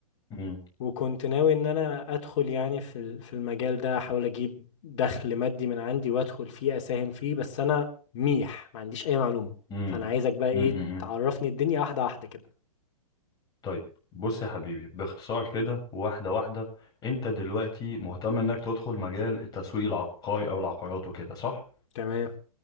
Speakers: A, on the left (about 20°); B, on the left (about 50°).
A: امم
B: وكنت ناوي ان انا ادخل يعني في ال- في المجال ده احاول اجيب دخل مادي من عندي وادخل فيه اساهم فيه بس انا ميح ما عنديش اي معلومة
A: امم
B: فانا عايزك بقى ايه
A: امم
B: تعرفني الدنيا واحدة واحدة كده
A: طيب بص يا حبيبي باختصار كده واحده واحده انت دلوقتي مهتم انك تدخل مجال التسويق العقاري او العقارات وكده صح
B: تمام